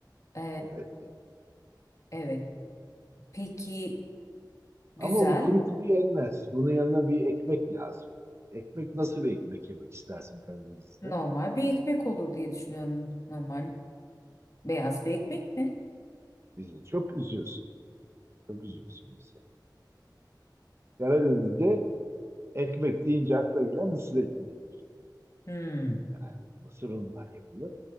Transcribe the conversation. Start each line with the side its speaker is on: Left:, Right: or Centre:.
Left: E,
Right: Evet. e,
Left: evet. Peki güzel.
Right: Ama bu kuru kuru yenmez. Bunun yanına bir ekmek lazım. Ekmek nasıl bir ekmek yemek istersin Karadeniz'de?
Left: Normal bir ekmek olur diye düşünüyorum. Normal beyaz bir ekmek mi?
Right: Bizi çok üzüyorsun. Çok üzüyorsun bizi. Karadeniz'de ekmek deyince akla gelen mısır ekmeğidir.
Left: Hmm.
Right: Yani mısır unundan yapılır.